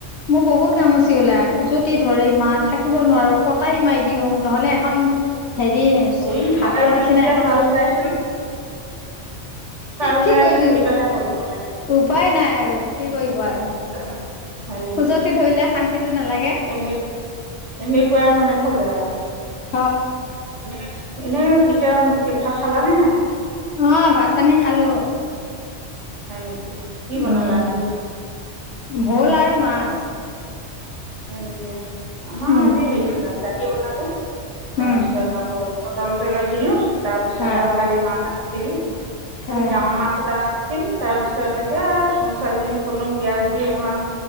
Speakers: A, on the left; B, on the right.
A: মোৰ বহুত ঘামুচি, ওলাই সুজতি ধৰে ইমান থাকিব নোৱাৰো কটাৰী, মাৰি দিওঁ দিও নহলে এখন হেৰি
B: ঐ
A: হাতৰ
B: কটাৰী, মাৰি
A: নিচিনা
B: দিলে
A: এখন
B: চাল যাইচোন চাল
A: কি
B: যাইচোন
A: কৰিবি
B: কিবাহে হ'ব কটে
A: উপায় নাই আৰু কি কৰিব আৰু
B: <unintelligible> নেকি
A: খুজতি ধৰিলে শান্তিটো নালাগে।
B: এনে এনেকুৱাই মানে সজায় আৰু।
A: হয়
B: এনে এনেই তেতিয়া ভাত খালা নে নাই?
A: অ', ভাত-পানী খালো।
B: হয়, নেকি? কি বনালা
A: উম,
B: আজি
A: ভোল আৰু মাছ।
B: হয়, নেকি আমাৰ
A: উম
B: আজি হেৰি বনালো। দালি বনালো তাৰপিছত
A: উম
B: আকৌ পটল তেলত দিলো, তাৰপিছতে
A: হয়
B: আ কালিৰ মাছ আছিল,
A: হয়
B: কালি ডাঙৰ মাছ এটা আছিল তাৰ পিছত এতিয়া ছোৱালীজনীক ক'লো পিয়াজ দি অকমান